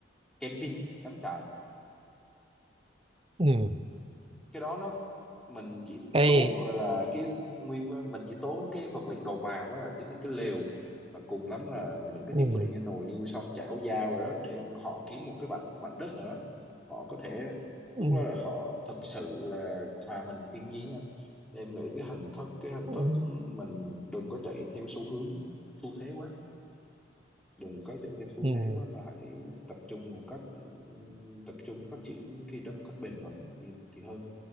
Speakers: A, in the centre; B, on the right.
A: camping cắm trại
B: ừ
A: cái đó nó mình chỉ
B: cái
A: tốn gọi là cái nguyên mình chỉ tốn cái vật liệu đầu vào đó là chính là cái lều và cùng lắm là những cái
B: ừ
A: thiết bị như nồi niêu xoong chảo dao rồi đó để họ kiếm một cái mảnh mảnh đất nữa họ có thể
B: ừ
A: lúc đó là họ thực sự là hòa mình với thiên nhiên anh em nghĩ cái hình thức cái hình
B: ừ
A: thức mình đừng có chạy theo xu hướng xu thế quá đừng có chạy theo xu
B: ừ
A: thế quá mà hãy tập trung một cách ừm, tập trung phát triển cái đó một cách bền vững thì, thì hơn